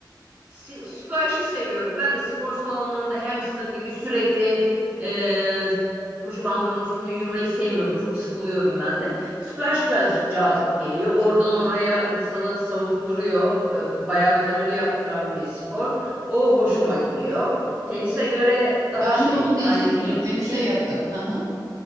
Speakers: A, on the right; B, on the right.
A: Si- Squash'ı seviyorum. Ben de spor salonlarında hamster gibi sürekli e, koşu bandının üstünde yürümeyi sevmiyorum. Çok sıkılıyorum ben de. Squash birazcık cazip geliyor. Oradan oraya insanı savurtturuyor. E, bayağı kalori yaktıran bir spor. O hoşuma gidiyor. Tenise göre daha
B: Ben
A: şey
B: de onu diyecektim.
A: yani film,
B: Tenise yakın. Hı hı.